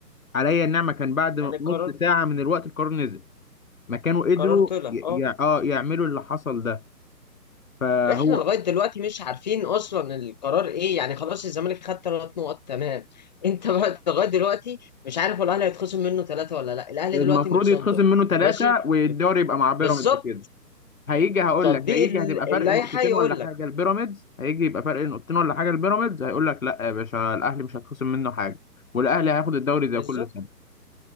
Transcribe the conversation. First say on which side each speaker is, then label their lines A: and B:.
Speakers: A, on the left (about 55°); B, on the left (about 25°).
A: عليا النعمه كان بعد نص
B: يعني القرار
A: ساعه من الوقت القرار نزل ما كانوا قدروا
B: قرار طلع
A: ي...
B: اه
A: ي... اه يعملوا اللي حصل ده فهو
B: احنا لغايه دلوقتي مش عارفين اصلا القرار ايه يعني خلاص الزمالك خد ثلاث نقط تمام <laughs> انت بقى لغايه دلوقتي مش عارف هو الاهلي هيتخصم منه ثلاثه ولا لا الاهلي
A: المفروض
B: دلوقتي متصدر
A: يتخصم منه ثلاثه
B: ماشي
A: والدوري يبقى مع بيراميدز
B: بالظبط
A: كده هيجي هقول
B: تطبيق
A: لك هيجي
B: ال-
A: هتبقى
B: اللائحه
A: فرق نقطتين
B: يقول
A: ولا حاجه
B: لك
A: البيراميدز هيجي يبقى فرق نقطتين ولا حاجه البيراميدز هيقول لك لا يا باشا الاهلي مش هتخصم منه حاجه والاهلي هياخد الدوري
B: بالظبط
A: زي كل سنه